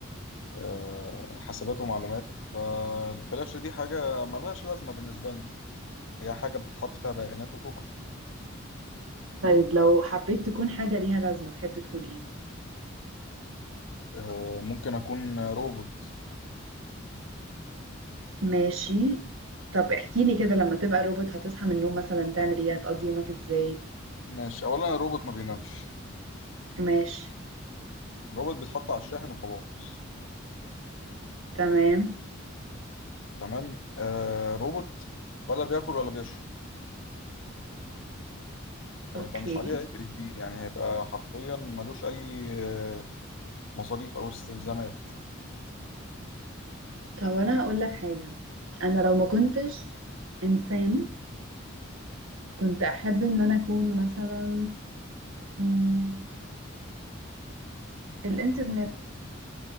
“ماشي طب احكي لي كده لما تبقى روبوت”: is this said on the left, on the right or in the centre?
Right